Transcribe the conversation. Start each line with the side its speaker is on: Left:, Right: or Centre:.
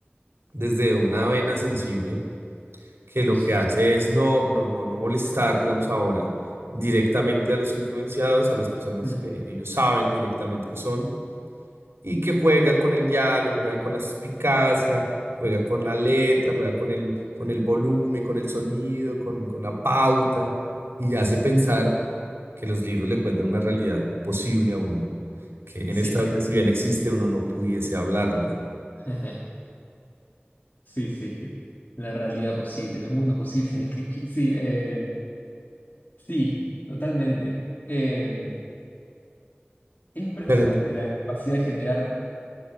Right: desde una vena sensible que lo
Left: Sí.
Right: que hace es no, no, no, no molestar, digamos ahora, directamente a los influenciados, a las personas
Left: Mm,
Right: que ellos saben directamente que son, y que juega con el diálogo, juega con la suspicacia, juega con la letra, juega con el, con el volumen, con el sonido, con, con la pauta, y hace pensar que los libros le cuentan una realidad posible a uno, que
Left: Sí.
Right: en esta vida, si bien existe, uno no pudiese hablarla.
Left: <laughs> Sí, sí, sí. La realidad posible, los mundos posibles. <laughs> que- que- Sí, eh, sí, totalmente. Eh, es impresionante
Right: Pero,
Left: la capacidad de generar